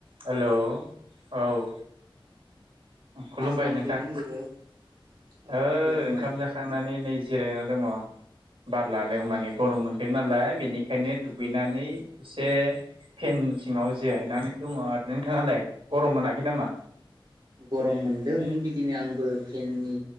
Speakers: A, on the right; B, on the right.
A: हेल' औ खुलुमबाय
B: मा खालामदों
A: नोंथां
B: लोगो? औ
A: ओ
B: खुलुमबाय
A: ओंखाम जाखांनानै नै जिरायनायाव दङ बार लादों
B: औ
A: माने गरम मोनदों नालाय बेनिखायनो दुगैनानै एसे फेन सिङाव जिरायनानै दङ आरो नोंथाङालाय गरम मोनाखै नामा
B: गरम मोनदों बिदिनो आंबो फेननि